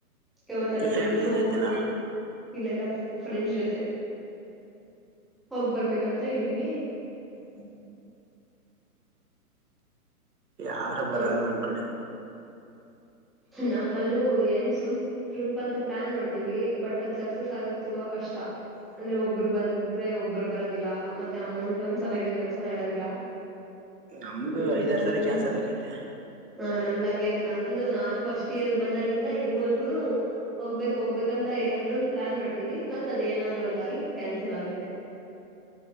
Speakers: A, in the centre; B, on the right (about 85°).
A: ಯಾವತ್ತಾದ್ರೂ
B: ಫ್ಯಾಮಿಲಿ
A: ಒಂದ್ನ ಹೋಗ್
B: ಜೊತೆನಾ
A: ಬರ್ಬೇಕು ಇಲ್ಲ ಇಲ್ಲ ಫ್ರೆಂಚ್ ಜೊತೆ ಹೋಗ್ ಬರ್ಬೇಕಂತ ಇದ್ದೀವಿ
B: ಹೌ ಯಾರು ಬರಲ್ಲ
A: ನೋಡ್ಬೇಕು
B: ನಮ್ ಕಡೆ
A: ನಮ್ಮಲ್ಲೂ ಏನ್ ಸುಂ ಟ್ರಿಪ್ ಅಂತ ಪ್ಲಾನ್ ಮಾಡ್ತೀವಿ ಬಟ್ ಅದ್ ಸಕ್ಸಸ್ ಆಗದ ತುಂಬಾ ಕಷ್ಟ ಅಂದ್ರೆ ಒಬ್ರು ಬಂದ್ರೆ ಒಬ್ಬರು ಬರೋದಿಲ್ಲ ಮತ್ತೆ ಅಮೌಂಟ್ ಒಂದ್ಸಲ ಇದ್ರೆ ಇನ್ನೊಂದ್ಸಲ ಇರೋದಿಲ್ಲ
B: ನಮ್ದು
A: ಹ್ಮ್
B: ಐದಾರು ಸಾರಿ ಕ್ಯಾನ್ಸಲ್ ಆಗೈತೆ
A: ಹ ನಮ್ದಂಗಗೆ್ಯಾಕ ನಮ್ದು ನಾನ್ ಫಸ್ಟ್ ಇಯರ್ ಬಂದಾಗಿಂದ ಇದ್ವರ್ಗುನು ಹೋಗ್ಬೇಕಕ್ ಹೋಗ್ಬೇಕ ಅಂತ ಏನಾದ್ರು ಒಂದ್ ಪ್ಲಾನ್ ಮಾಡ್ತೀವಿ ಮತ್ತತ್ ಅದ ಏನಾದ್ರು ಒಂದಾಗಿ ಕ್ಯಾನ್ಸಲ್ ಆಗತ್ತೆ